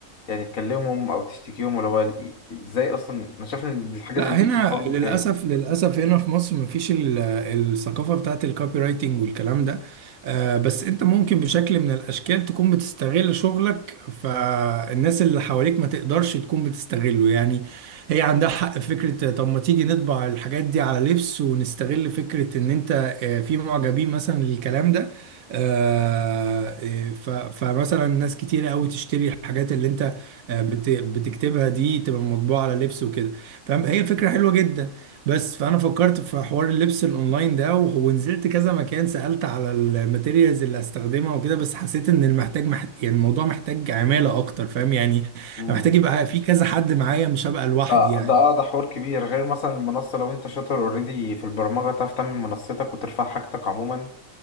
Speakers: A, on the left (about 75°); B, on the right (about 85°).
A: يعني تكلمهم او تشتكيهم ولا هو ال- ازاي اصلا انا شايف ان الحاجه
B: لا
A: زي دي
B: هنا
A: بتبقى حقوق ملكيه
B: للاسف للاسف هنا في مصر مفيش ال- الثقافه بتاعت الكوبي رايتنج والكلام ده آه، بس انت ممكن بشكل من الاشكال تكون بتستغل شغلك فالناس اللي حواليك ما تقدرش تكون بتستغله يعني هي عندها حق في فكره طب ما تيجي نطبع الحاجات دي على لبس ونستغل فكره ان انت آه، في معجبين مثلا للكلام ده آه، آه، ف- فمثلا ناس كتير قوي تشتري الحاجات اللي انت آه، بت- بتكتبها دي تبقى مطبوعه على لبس وكده فاهم هي فكرة حلوة جدا بس فأنا فكرت في حوار اللبس الأونلاين ده وه- ونزلت كذا مكان سألت على الماتيريالز اللي هستخدمها وكده بس حسيت إن المحتاج مح... يعني الموضوع محتاج عمالة أكتر فاهم يعني
A: مم.
B: أنا محتاج يبقى في كذا حد معايا مش هبقى لوحدي
A: ده
B: يعني
A: ده اه ده حوار كبير غير مثلا المنصه لو انت شاطر اوريدي في البرمجه تعرف تعمل منصتك وترفع حاجتك عموما